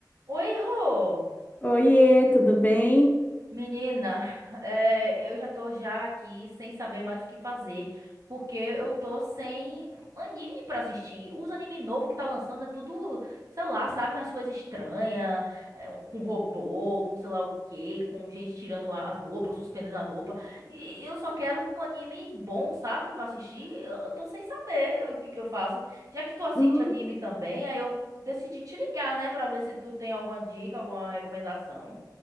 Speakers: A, on the right; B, on the left.
A: Oi, Rô!
B: Oiê, tudo bem?
A: Menina, é, eu já tô já aqui sem saber mais o que fazer, porque eu tô sem anime pra assistir. Os anime novo que tá lançando é tudo, sei lá, sabe, umas coisas estranhas, é, um- com robô, com sei lá o quê, com gente tirando a- as roupas, suspendendo a roupa. E eu só quero um anime bom, sabe, pra assistir. Eu, eu tô sem saber o que que eu faço. Já que tu assiste
B: Hum,
A: anime também, aí eu decidi te ligar, né, pra ver se tu tem alguma dica, alguma recomendação.